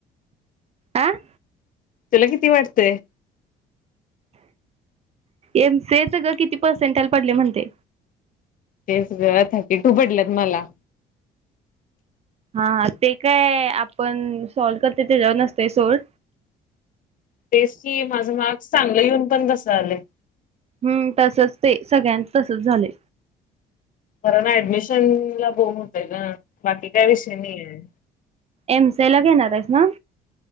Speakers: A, on the right; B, on the left.
A: आं.
B: तुला किती वाटतंय?
A: एम सी स ग किती पर्सेंटाला पडले म्हणते.
B: तेचंथ किटू पडल्यात मला
A: हा हा ते काय आपण सोल्व करते त्याच्यावर नसतंय सोल्
B: तेच की माझं मार्क्स चांगलं येऊन पण कसं आलं.
A: हम्म तसच ते सगळ्यां तसच झाले.
B: खर ना ऍडमिशन ला बोम होतंय गं, बाकी काय विषय नाही आहे.
A: एम सी ए ला घेणारेस ना.